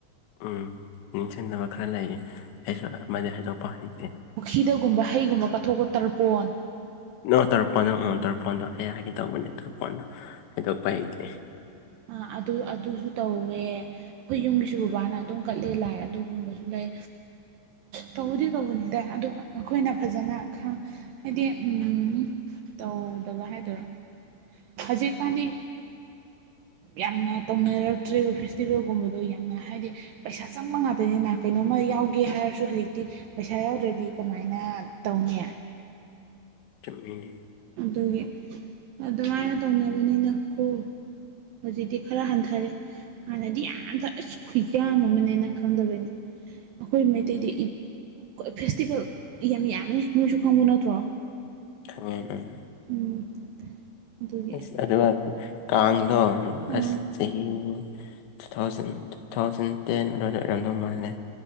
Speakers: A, on the left; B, on the right.
A: ꯎꯝ ꯅꯤꯡꯁꯤꯡꯅꯕ ꯈꯔ ꯂꯩꯌꯦ ꯑꯩꯁꯨ ꯑꯃꯥꯗꯤ ꯍꯥꯏꯗꯣꯛꯄ ꯍꯩ
B: ꯄꯨꯈꯤꯗꯒꯨꯝꯕ ꯍꯩꯒꯨꯝꯕ ꯀꯠꯊꯣꯛꯄ ꯇꯔꯄꯣꯟ
A: ꯅꯣ ꯇꯔꯄꯣꯟ ꯑ ꯇꯔꯄꯣꯟ ꯑꯩ ꯍꯥꯏꯒꯦ ꯇꯧꯕꯅꯦ ꯇꯔꯄꯣꯟꯗꯣ ꯍꯥꯏꯗꯣꯛꯄ ꯍꯩꯇꯦ
B: ꯑ ꯑꯗꯨ ꯑꯗꯨꯁꯨ ꯇꯧꯋꯦ ꯑꯩꯈꯣꯏ ꯌꯨꯝꯒꯤꯁꯨ ꯕꯕꯥꯅ ꯑꯗꯨꯝ ꯀꯠꯂꯦ ꯂꯥꯏ ꯑꯗꯨꯒꯨꯝꯕꯁꯨ ꯂꯩ ꯇꯧꯕꯗꯤ ꯇꯧꯕꯅꯤꯗ ꯑꯗꯨ ꯑꯩꯈꯣꯏꯅ ꯐꯖꯅ ꯍꯥꯏꯗꯤ ꯎꯝ
A: <inaudible>
B: ꯇꯧꯗꯕ ꯍꯥꯏꯗꯣꯏꯔꯣ ꯍꯧꯖꯤꯛꯀꯥꯟꯗꯤ ꯌꯥꯝꯅ ꯇꯧꯅꯔꯛꯇ꯭ꯔꯦꯕ ꯐꯦꯁꯇꯤꯚꯦꯜꯒꯨꯝꯕꯗꯣ ꯌꯥꯝꯅ ꯍꯥꯏꯗꯤ ꯄꯩꯁꯥ ꯆꯪꯕ ꯉꯥꯛꯇꯅꯤꯅ ꯀꯩꯅꯣꯝ ꯑꯃ ꯌꯥꯎꯒꯦ ꯍꯥꯏꯔꯁꯨ ꯍꯧꯖꯤꯛꯇꯤ ꯄꯩꯁꯥ ꯌꯥꯎꯗ꯭ꯔꯗꯤ ꯀꯃꯥꯏꯅ ꯇꯧꯅꯤ
A: ꯆꯨꯝꯃꯤꯅꯤ
B: ꯑꯗꯨꯒꯤ ꯑꯗꯨꯃꯥꯏꯅ ꯇꯧꯅꯕꯅꯤꯅꯀꯣ ꯍꯧꯖꯤꯛꯇꯤ ꯈꯔ ꯍꯟꯊꯔꯦ ꯍꯥꯟꯅꯗꯤ ꯌꯥꯝ ꯑꯁ ꯈꯨꯌꯥꯝ ꯑꯃꯅꯦ ꯅꯪ ꯈꯪꯗꯕꯩꯅꯦ ꯑꯩꯈꯣꯏ ꯃꯩꯇꯩꯗꯤ ꯐꯦꯁꯇꯤꯚꯦꯜ ꯌꯥꯝ ꯌꯥꯝꯃꯦ ꯅꯣꯏꯁꯨ ꯈꯪꯕ ꯅꯠꯇ꯭ꯔꯣ
A: ꯈꯪꯉꯦ ꯎꯝ
B: ꯎꯝ ꯑꯗꯨꯒꯤ
A: ꯑꯁ ꯑꯗꯨ ꯀꯥꯡꯗꯣ
B: ꯑꯥ
A: ꯑꯁ ꯆꯍꯤ two thousand two thousand ten ꯑꯗꯨꯋꯥꯗ ꯑꯣꯏꯔꯣꯝꯗꯧ ꯃꯥꯅꯦ